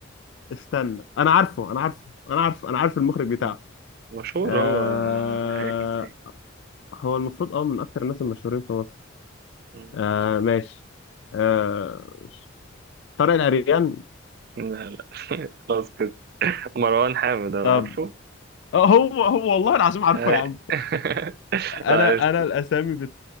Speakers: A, on the left; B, on the right.
A: استنى انا عارفه انا عارفه انا عارف انا عارف المخرج بتاعه
B: مم، مشهور
A: آه
B: هو آه، ليه حاجات كتير
A: هو المفروض اه من اكتر الناس المشهورين في مصر
B: مم،
A: آه ماشي آه طارق العريان
B: لا لا <laughs> خلاص كده مروان حامد هو
A: طب
B: عارفه
A: هو هو والله العظيم عارفه
B: أي.
A: يا عم
B: <laughs>
A: انا
B: لا، عرفت
A: انا الاسامي بت